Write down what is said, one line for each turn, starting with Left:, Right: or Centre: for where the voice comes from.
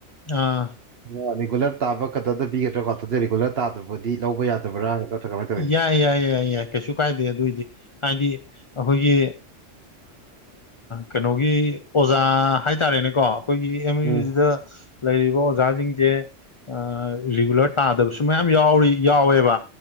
Left: ꯑꯥ
Right: ꯑꯣ ꯔꯤꯒꯨꯂꯔ ꯇꯥꯕ ꯈꯛꯇꯗ ꯄꯤꯒꯗ꯭ꯔꯥꯀꯣ ꯔꯤꯒꯨꯂꯔ ꯇꯥꯗ꯭ꯔꯕꯗꯤ ꯂꯧꯕ ꯌꯥꯗꯕ꯭ꯔꯥ ꯅꯠꯇ꯭ꯔꯥ ꯀꯃꯥꯏꯅ ꯇꯧꯋꯤ
Left: ꯌꯥꯏ ꯌꯥꯏ ꯌꯥꯏ ꯑ ꯀꯩꯁꯨ ꯀꯥꯏꯗꯦ ꯑꯗꯨꯏꯗꯤ ꯍꯥꯏꯗꯤ ꯑꯩꯈꯣꯏꯒꯤ ꯀꯩꯅꯣꯒꯤ ꯑꯣꯖꯥ ꯍꯥꯏꯇꯥꯔꯦꯅꯦꯀꯣ ꯑꯩꯈꯣꯏꯒꯤ ꯑꯦꯝ
Right: ꯎꯝ
Left: ꯌꯨ ꯖꯤꯗ ꯂꯩꯔꯤꯕ ꯑꯣꯖꯥꯁꯤꯡꯁꯦ ꯑ ꯔꯤꯒꯨꯂꯔ ꯇꯥꯗꯕꯁꯨ ꯃꯌꯥꯝ ꯌꯥꯎꯔꯤ ꯌꯥꯎꯋꯦꯕ